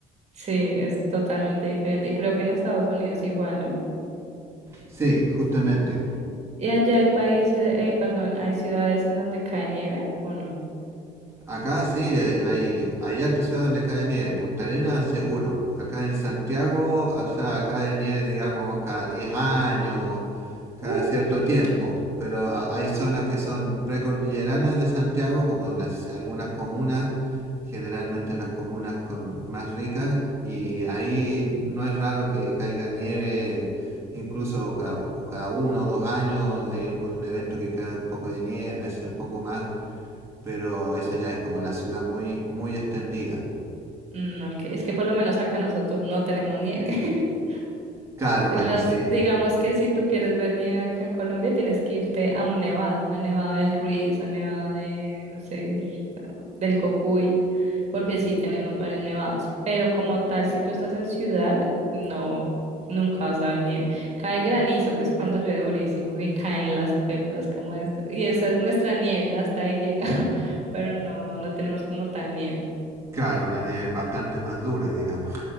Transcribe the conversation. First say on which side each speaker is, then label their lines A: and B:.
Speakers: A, on the right (about 40°); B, on the right (about 15°).
A: sí, es totalmente diferente. Y creo que en Estados Unidos igual, ¿no?
B: Sí, justamente.
A: Y allá hay países, eh, perdón, hay ciudades en donde cae nieve o no.
B: Acá sí, hay, hay, hay hartos ciudades donde cae nieve. Punta Arenas, seguro. Acá en Santiago, o sea, cae nieve, digamos, cada 10 años, cada
A: Uh,
B: cierto tiempo. Pero hay zonas que son precordilleranas de Santiago, como las, algunas comunas, generalmente las comunas con, más ricas, y ahí no es raro que caiga nieve, incluso cada, cada uno o dos años, hay un evento que cae un poco de nieve, a veces un poco más pero eso ya es como la ciudad muy, muy extendida.
A: No, que es que por lo menos acá nosotros no tenemos nieve. <laughs>
B: Claro,
A: Las,
B: bueno, sí.
A: digamos que si tú quieres ver nieve acá en Colombia, tienes que irte a un nevado, a Nevado del Ruiz, a Nevado de, no sé, del Cocuy, porque sí, tenemos varios nevados. Pero como tal, si tú estás en ciudad, no, nunca vas a ver nieve. Cae granizo, que es cuando llueve durísimo, y caen las pepas como esto. Y esa es nuestra nieve, hasta ahí llega, <laughs> pero no, no tenemos como tal nieve.
B: Claro, una nieve bastante más dura, digamos.